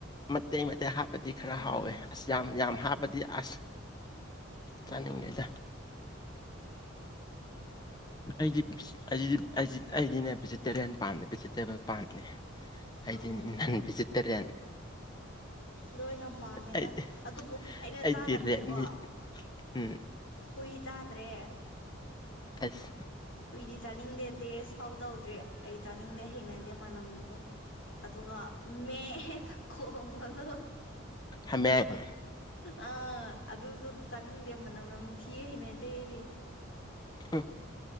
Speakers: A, on the left (about 20°); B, on the left (about 60°).
A: ꯃꯇꯦꯛ ꯃꯇꯦꯛ ꯍꯥꯞꯄ ꯗꯤ ꯈꯔ
B: ꯎꯝ
A: ꯍꯥꯎꯋꯦ ꯑꯁ ꯌꯥꯝ ꯌꯥꯝ ꯍꯥꯞꯕꯗꯤ ꯑꯁ ꯆꯥꯅꯤꯡꯗ‌ꯦꯗ ꯑꯩꯗꯤ ꯑꯩ ꯑꯩꯗꯤꯅꯦ ꯚꯦꯖꯤꯇꯦꯔꯤꯌꯥꯟ ꯄꯥꯝꯗ‌ꯦ ꯚꯦꯖꯤꯇꯦꯔꯤꯌꯥꯟ ꯄꯥꯝꯗ‌ꯦ ꯑꯩꯗꯤ
B: ꯑꯧ
A: ꯅ‌ꯦꯟ ꯚꯖꯤꯇ‌ꯦꯔꯤꯌꯥꯟ
B: ꯂꯣꯏꯅ ꯄꯥꯝꯃꯦꯗ
A: ꯑꯩꯗꯤ
B: ꯑꯗꯨꯕꯨ ꯑꯩꯅ
A: ꯑꯩꯗꯤ
B: ꯆꯥꯗꯕꯁꯦꯀꯣ
A: ꯔꯦꯠ ꯃꯤꯠ ꯎꯝ
B: ꯍꯨꯏ ꯆꯥꯗ꯭ꯔꯦ
A: ꯑꯁ
B: ꯍꯨꯏꯗꯤ ꯆꯥꯅꯤꯡꯗꯦ ꯇꯦꯁ ꯐꯥꯎ ꯇꯧꯗ꯭ꯔꯤ ꯑꯩ ꯆꯥꯅꯤꯡꯗꯦ ꯍꯩꯅꯗꯦ ꯃꯅꯝꯗꯨꯒ ꯑꯗꯨꯒ ꯃꯦꯗ ꯈꯣꯡꯕꯗꯣ
A: ꯍꯥꯃꯦꯡ
B: ꯑꯥ ꯑꯗꯨꯁꯨ ꯆꯥꯅꯤꯡꯗꯦ ꯃꯅꯝ ꯅꯝꯗꯤ ꯊꯤ ꯍꯩꯅ ꯑꯇꯩ ꯑꯩꯗꯤ
A: ꯎꯝ